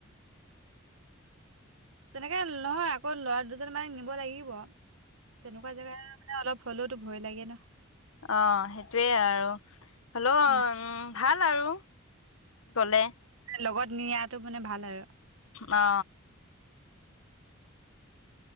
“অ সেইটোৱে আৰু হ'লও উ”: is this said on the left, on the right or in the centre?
Left